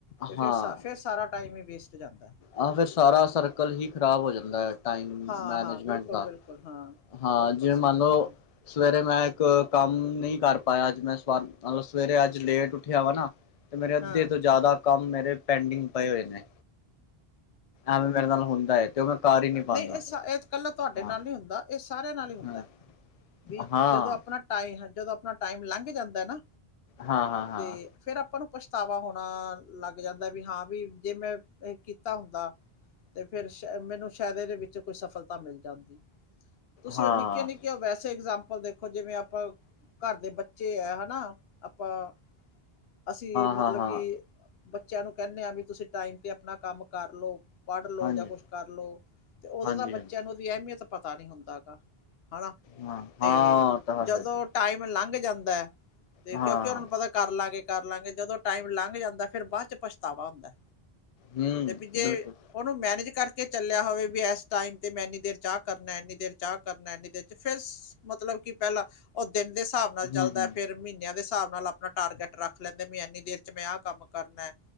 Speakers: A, on the left; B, on the left.
A: ਤੇ ਫੇਰ
B: ਹਾਂ
A: ਸ ਫੇਰ ਸਾਰਾ ਟਾਈਮ ਹੀ ਵੇਸਟ ਜਾਂਦੈ।
B: ਆਹ ਫੇਰ ਸਾਰਾ ਸਰਕਲ ਹੀ ਖ਼ਰਾਬ ਹੋ ਜਾਂਦੈ। ਟਾਈਮ
A: ਹਾਂ-ਹਾਂ,
B: ਮੈਨੇਜਮੈਂਟ
A: ਬਿਲਕੁਲ-ਬਿਲਕੁਲ
B: ਦਾ,
A: ਹਾਂ,
B: ਹਾਂ
A: ਬਿਲਕੁਲ
B: ਜਿਵੇਂ
A: ਸਹੀ
B: ਮੰਨ ਲਓ
A: ਹੈ ਹਾਂ,
B: ਸਵੇਰੇ ਮੈਂ ਏਕ ਕਾੰਮ, ਨਈ ਕਰ ਪਾਏਆ ਆੱਜ ਮੈਂ ਸਵਾ ਮਲਬ ਸਵੇਰੇ ਆੱਜ ਲੇਟ ਉੱਠੇਆ ਵਾ ਨਾ ਤੇ ਮੇਰੇ ਅੱਦੇ
A: ਹਾਂ,
B: ਤੋਂ ਜਾਦਾ ਕੰਮ, ਮੇਰੇ ਪੈਂਡਿੰਗ ਪਏ ਹੋਏ ਨੇ। ਐਵੇ ਮੇਰੇ ਨਾਲ ਹੁੰਦਾ ਏ ਤੇ ਓ ਮੈਂ ਕਰ ਹੀ ਨਹੀਂ
A: ਅ
B: ਪਾਉਂਦਾ
A: ਨਈ ਏ ਸਾ ਏ ਕੱਲਾ ਤੁਹਾਡੇ
B: ਹਾਂ
A: ਨਾਲ ਨੀ ਹੁੰਦਾ ਏ ਸਾਰੇਆਂ ਨਾਲ ਈ ਹੁੰਦੈ,
B: ਹਾਂ
A: ਵੀ
B: ਹਾਂ
A: ਜਦੋਂ ਆਪਣਾ ਟਾਈਮ, ਹ ਜਦੋਂ ਆਪਣਾ ਟਾਈਮ ਲੰਘ ਜਾਂਦੈ ਨਾ
B: ਹਾਂ ਹਾਂ ਹਾਂ
A: ਤੇ ਫੇਰ ਆਪਾਂ ਨੂੰ ਪਛਤਾਵਾ ਹੋਣਾ, ਲੱਗ ਜਾਂਦੈ ਵੀ ਹਾਂ ਬੀ ਜੇ ਮੈਂ ਏ ਕੀਤਾ ਹੁੰਦਾ ਤੇ ਫੇਰ ਸ਼ ਮੈਨੂੰ ਸ਼ਾਏਦ ਏਦੇ ਵਿੱਚ ਕੋਈ ਸਫਲਤਾ ਮਿਲ ਜਾਂਦੀ, ਤੁਸੀਂ
B: ਹਾਂ ਹਾਂ
A: ਓ ਨਿੱਕੀਆਂ ਨਿੱਕੀ ਵੈਸੇ ਇਗਜ਼ਾਮਪਲ ਦੇਖੋ ਜਿਵੇਂ ਆਪਾਂ ਘਾਰ ਦੇ ਬੱਚੇ ਐ ਹਨਾ, ਆਪਾਂ ਅਸੀਂ ਮਤਲਬ
B: ਹਾਂ ਹਾਂ
A: ਕਿ, ਬੱਚੇਆਂ ਨੂੰ ਕੈਨੇ ਆਂ ਵੀ ਤੁਸੀਂ ਟਾਈਮ ਤੇ ਆਪਨਾ ਕਾੰਮ ਕਾਰ ਲੋ ਪੜ੍ਹ ਲੋ
B: ਹਾਂਜੀ
A: ਜਾਂ ਕੁਛ ਕਰ ਲੋ, ਤੇ ਓਦੋ
B: ਹਾਂਜੀ
A: ਤਾਂ ਬੱਚੇਆਂ
B: ਹਾਂਜੀ
A: ਨੂੰ ਓਦੀ ਐਮੀਅਤ ਪਤਾ ਨੀ ਹੁੰਦਾ ਗਾ। ਹਣਾ,
B: ਹਾਂ
A: ਤੇ
B: ਹਾਂ ਤਾਂ
A: ਜਦੋਂ
B: ਹੈ ਜੀ
A: ਟਾਈਮ ਲੰਘ ਜਾਂਦੈ, ਤੇ
B: ਹਾਂ
A: ਕੇਓਕਿ ਓਨਾ ਨੂੰ ਪਤਾ ਕਾਰ ਲਾਂਗੇ, ਕਾਰ ਲਾਂਗੇ ਜਦੋਂ ਟਾਈਮ ਲੰਘ ਜਾਂਦੈ ਫੇਰ ਬਾਚ ਪਛਤਾਵਾ ਹੁੰਦੈ।
B: ਹਮ
A: ਤੇ ਵੀ ਜੇ,
B: ਬਿਲਕੁਲ
A: ਓਨੂੰ ਮੈਨੇਜ ਕਾਰਕੇ ਚੱਲੇਆ ਹੋਵੇ ਵੀ ਐਸ ਟਾਈਮ ਤੇ ਮੈਂ ਐਨੀ ਦੇਰ ਚ ਆ ਕਾਰਨੈ, ਐਨੀ ਦੇਰ ਚ ਆ ਕਾਰਨੈ, ਐਨੀ ਦੇਰ ਚ ਫੇਰ ਮਤਲਬ ਕਿ ਪੈਲਾਂ, ਓ ਦਿਨ ਦੇ ਸਾਹਬ ਨਾਲ
B: ਹਮ
A: ਚੱਲਦੈ
B: ਹਮ
A: ਫੇਰ ਮ੍ਹੀਨੇਆਂ ਦੇ ਸਾਹਬ ਨਾਲ ਆਪਨਾ ਟਾਰਗੇਟ ਰੱਖ ਲੈਂਦੇ ਬੀ, ਐਨੀ ਦੇਰ ਚ ਮੈਂ ਆਹ ਕਾੰਮ ਕਾਰਨੈ।